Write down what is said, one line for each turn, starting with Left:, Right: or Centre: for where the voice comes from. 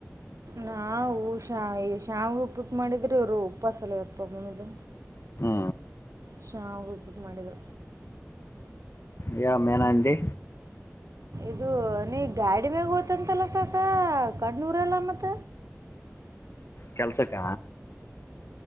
Right: ನಾ ಊಷ ಶ ಶಾವವು ಉಪ್ಪಿಟ್ ಮಾಡಿದ್ರೆ ಇವರು ಉಪ್ಪ ಸಲ ಇಪ್ಪ ಮದು.
Left: ಹಾ.
Right: ಶಾವಿಗೆ ಉಪ್ಪಿಟ್ಟು ಮಾಡಿದ್ರು
Left: ಯ ಮೇನಾಂದಿ
Right: <unintelligible> ಅದು ನೀ ಗಾಡಿ ಮ್ಯಾಗ ಓತಂತಲ್ಲ ಕಕ ಕಣ್ಣೂರಲ್ಲ ಮತ್ತ
Left: ಕೆಲ್ಸಕ್ಕ